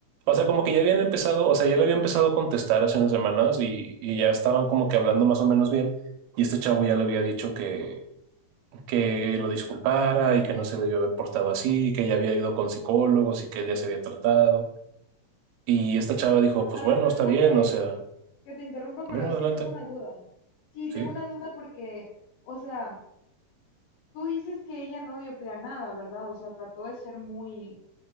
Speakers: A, on the right; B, on the left.
A: O sea, como que ya habían empezado, o sea, ya le había empezado a contestar hace unas semanas y, y ya estaban como que hablando más o menos bien. Y este chavo ya le había dicho que, que lo disculpara y que no se debió haber portado así, que ya había ido con psicólogos y que ya se había tratado. Y esta chava dijo,
B: A,
A: pues
B: a
A: bueno,
B: ver, perdona
A: está bien,
B: que,
A: o sea,
B: que te interrumpa, pero
A: no, no,
B: es
A: adelante,
B: que tengo una duda. Sí,
A: sí,
B: tengo una duda porque, o sea, tú dices que ella no dio pie a nada, ¿verdad? O sea, trató de ser muy,